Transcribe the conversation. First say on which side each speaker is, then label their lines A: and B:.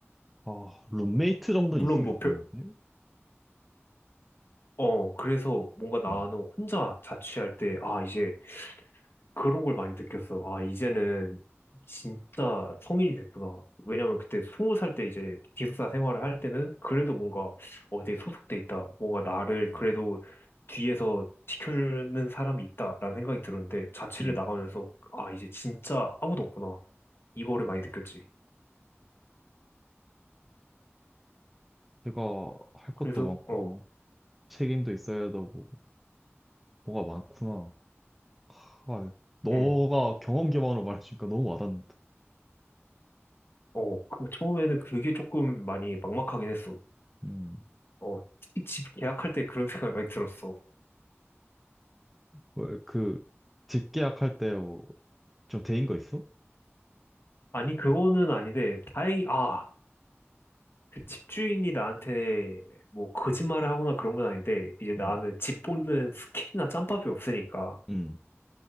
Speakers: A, in the centre; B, on the left.
A: 아, 룸메이트 정도는
B: 물론
A: 있으면
B: 뭐
A: 좋겠는데?
B: 별, 어, 그래서 뭔가 나는
A: 음,
B: 혼자 자취할 때, 아, 이제 그런 걸 많이 느꼈어. 아, 이제는 진짜 성인이 됐구나. 왜냐면 그때 스무 살 때 이제 기숙사 생활을 할 때는 그래도 뭔가 어디에 소속돼 있다. 뭔가 나를 그래도
A: 음,
B: 뒤에서 지켜주는 사람이 있다라는 생각이 들었는데 자취를
A: 음,
B: 나가면서 아, 이제 진짜 아무도 없구나. 이거를
A: 음.
B: 많이 느꼈지.
A: 내가 할 것도
B: 그래서
A: 많고,
B: 어,
A: 책임도 있어야 되고, 뭐가 많구나. 아, 너가
B: 음,
A: 경험 기반으로 말해주니까 너무 와닿는다.
B: 어, 그 처음에는 그게 조금 많이 막막하긴 했어.
A: 음.
B: 어, 특히 집 계약할 때 그런 생각이 많이 들었어.
A: 왜, 그, 집계약할 때 뭐, 좀 대인 거 있어?
B: 아니, 그거는 아닌데, 다행히, 아, 그 집주인이 나한테 뭐 거짓말을 하거나 그런 건 아닌데 이제 나는
A: 음,
B: 집 보는 스킬이나 짬밥이 없으니까
A: 음.